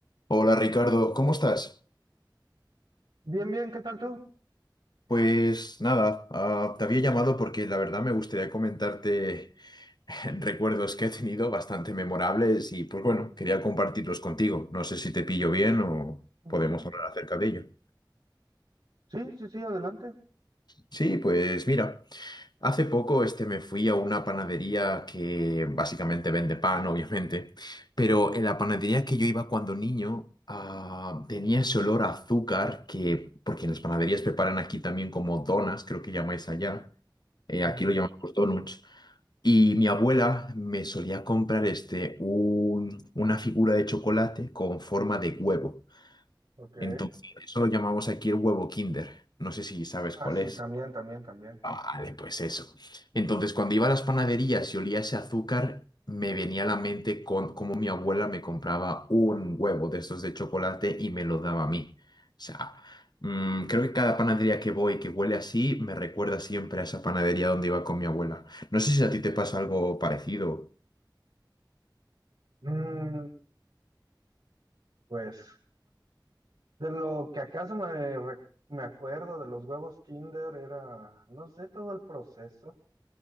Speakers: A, on the left; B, on the right.
A: Hola Ricardo, ¿cómo estás?
B: Bien, bien, ¿qué tal tú?
A: Pues nada, ah, te había llamado porque la verdad me gustaría comentarte <laughs> recuerdos que he tenido bastante memorables y pues bueno, quería compartirlos contigo. No sé si te pillo bien o
B: Mm,
A: podemos hablar acerca de ello.
B: Sí, sí, sí, adelante.
A: Sí, pues mira. Hace poco este, me fui a una panadería que básicamente vende pan, obviamente, pero en la panadería que yo iba cuando niño ah, tenía ese olor a azúcar que, porque en las panaderías preparan aquí también como donas, creo que llamáis allá, eh,
B: Ujú,
A: aquí lo llamamos donuts, y mi abuela me solía comprar este, un- una figura de chocolate con forma de huevo.
B: Ok.
A: Entonces, eso lo llamamos aquí el huevo Kinder. No sé si sabes
B: Ah,
A: cuál
B: sí,
A: es.
B: también, también, también.
A: Vale, pues eso. Entonces, cuando iba a las panaderías y olía ese azúcar, me venía a la mente con, cómo mi abuela me compraba un huevo de estos de chocolate y me lo daba a mí. O sea, mm, creo que cada panadería que voy que huele así me recuerda siempre a esa panadería donde iba con mi abuela. No sé si a ti te pasa algo parecido.
B: Mm, pues, de lo que acaso me, re- me acuerdo de los huevos Kinder era, no sé, todo el proceso.